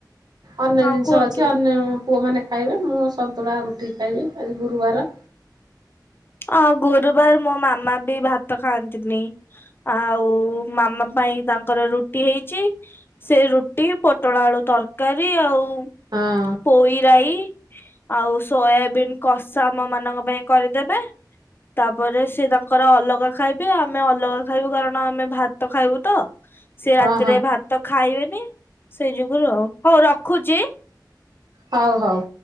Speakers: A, on the right; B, on the left.
A: ଅନ୍ୟ
B: ହଁ
A: ଜିନିଷ
B: କୁହନ୍ତୁ
A: ଅଛି ଅନ୍ୟ। ପୁଅମାନେ ଖାଇବେ ମୁଁ ସନ୍ତୁଳା ରୁଟି ଖାଇବି ଆଜି ଗୁରୁବାର।
B: ଅ ଗୁରୁବାର ମୋ ମା। ମାମା ବି ଭାତ ଖାଆନ୍ତିନି। ଆଉ ମାମା ପାଇଁ ତାଙ୍କର ରୁଟି ହେଇଛି ସେ ରୁଟି ପୋଟଳ ଆଳୁ ତରକାରୀ ଆଉ
A: ହଁ।
B: ପୋଇରାଇ ଆଉ ସୋୟାବିନ୍। କସା ଆମ ମାନଙ୍କ ପାଇଁ କରିଦେବେ ତାପରେ ସେ ତାଙ୍କର ଅଲଗା ଖାଇବେ ଆମେ ଅଲଗା ଖାଇବୁ କାରଣ ଆମେ ଭାତ ଖାଇବୁ ତ ସେ
A: ହଁ
B: ରାତିରେ
A: ହଁ
B: ଭାତ ଖାଇବେନି ସେଇ ଯୁଗୁରୁ ହଉ ରଖ୍ ଖୁଜି
A: ହଉ ହଉ।